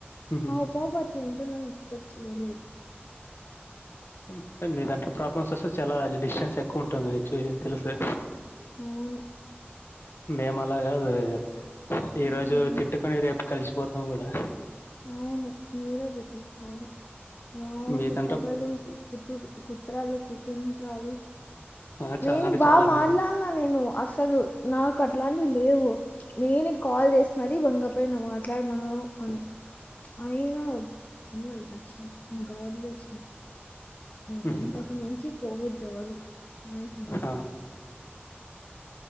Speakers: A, on the left (about 60°); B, on the left (about 40°).
A: ఉహు
B: ఆ పోపట్ల అంటుందని ఎక్స్పెక్ట్ చెయ్యలేదు
A: ఉమ్ మీదాంట్ల ప్రాబ్లమ్స్ వస్తే చాలా డిస్టెన్స్ ఎక్కువుంటుంది చూసి తెలుసు లే
B: అవును
A: మేము అలా గాదు లే ఈ రోజు
B: మ్మ్
A: తిట్టుకొని రేపు కలిసిపోతాం గూడా
B: అవును మీరే బెటరు చాల మా వోళ్లు
A: మీరంటే
B: పగలు కుట్ కుత్రలు కుతంత్రాలు
A: ఆ, చాలా
B: నేను
A: అంటే
B: బాగా
A: చాలానే
B: మార్లాన్నా
A: చేస్తారు.
B: నేను అసలు నాకు అట్లాంటివి లేవు నేను కాల్ చేసి మరి వంగపోయిన మాట్లాడమను అని అయినా నో రియాక్షన్ ఇంకా ఒదిలేష్ణ ఇంక
A: ఉహు.
B: అంతకు మించి పోగూడదు ఎవరు మనిష్ అన్నాంక
A: ఆ,